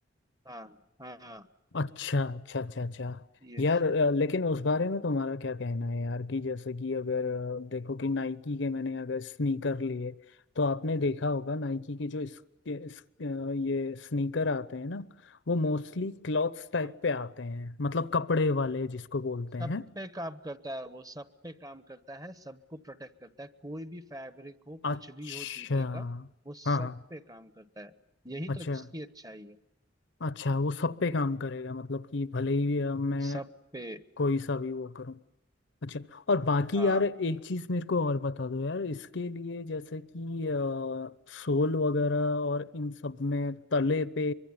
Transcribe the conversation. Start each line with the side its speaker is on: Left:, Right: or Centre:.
Right: हाँ हाँ हाँ,
Left: अच्छा अच्छा अच्छा अच्छा
Right: ये
Left: यार अ, लेकिन उस बारे
Right: हम्म,
Left: में तुम्हारा क्या कहना है यार कि जैसे कि अगर अ, देखो कि नाइकी के मैंने अगर स्नीकर लिए तो आपने देखा होगा नाइकी के जो इस, के- इस, अ, ये स्नीकर आते हैं ना वो मोस्टली क्लॉथ्स टाइप
Right: हाँ, हाँ,
Left: पे आते हैं मतलब कपड़े वाले जिसको बोलते
Right: सब
Left: हैं
Right: पे काम करता है वो सब पे काम करता है सबको प्रोटेक्ट करता है कोई भी फैब्रिक हो
Left: अच्छा
Right: कुछ भी हो जूते का वो सब
Left: हाँ हाँ
Right: पे काम करता है यही
Left: अच्छा
Right: तो अच्छी अच्छाई है
Left: अच्छा वो सब पे काम करेगा मतलब कि भले ही अ, मैं
Right: सब पे
Left: कोई सा भी वो करूँ अच्छा और बाकी
Right: हाँ
Left: यार एक चीज़ मेरे को और बता दो यार इसके लिए जैसे कि सोल वगैरह और इन सब में तले पे